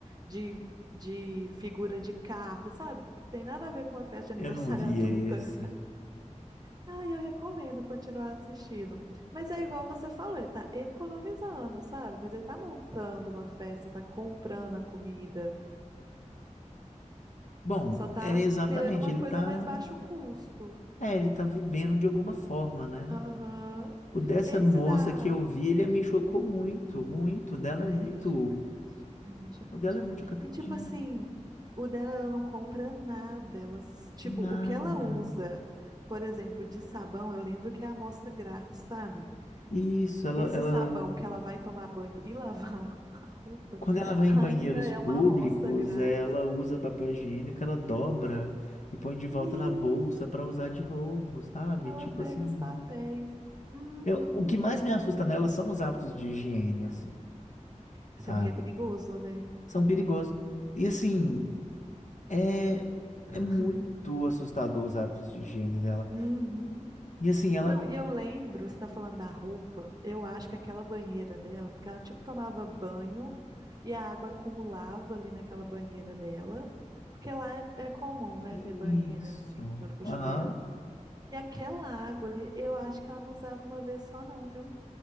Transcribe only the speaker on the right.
de, de figura de carro, sabe? Tem nada a ver com uma festa de aniversário
<laughs> adulta.
Ah, eu recomendo continuar assistindo. Mas é igual você falou, ele tá economizando, sabe? Mas ele tá montando uma festa, tá comprando a comida.
Só tá
querendo uma
coisa
mais baixo custo.
Aham.
Esse
da.
Hum.
Ai,
ele é chocante. É muito chocante.
E tipo
assim, o dela ela não compra nada. Ela, s- tipo,
o que ela usa, por exemplo, de sabão, eu lembro que é amostra grátis, sabe?
Esse
sabão que ela vai tomar banho e lavar <laughs> a roupa
ainda
é
uma amostra grátis.
Uhum.
Isso,
ela
pega
os papéis. Uhum.
Até
porque é perigoso, né?
<laughs>
Uhum.
Não, e eu lembro, você tá falando da roupa, eu acho que aquela banheira dela, porque ela tipo tomava banho e a água acumulava ali naquela banheira dela, porque lá é, é comum, né,
ter banheira assim, junto com
o chuveiro. E aquela água ali, eu acho que ela não usava uma vez só, não, viu?